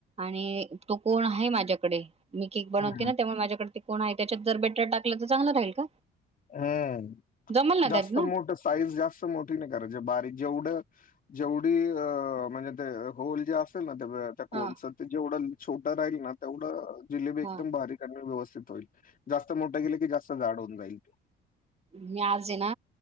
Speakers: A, on the right; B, on the left.
A: आणि तो कोण आहे माझ्याकडे मी केक बनवते
B: हम्म
A: ना त्यामुळे माझ्याकडे ते कोण आहे त्याच्यात जर बेटर टाकलं तर चांगलं राहील का?
B: हम्म
A: जमल ना
B: जास्त
A: त्यात ना
B: मोठ साईज जास्त मोठी नाही करायची बारीक जेवढं जेवढी अ म्हणजे ते होल जे असेल ना तेच त्या कोनच
A: हा
B: ते जेवढं छोटा राहील ना तेवढं जिलेबी एकदम
A: हा
B: भारी व्यवस्थित होईल जास्त मोठे गेले की जास्त जाड होऊन जाईल.
A: मी आज ना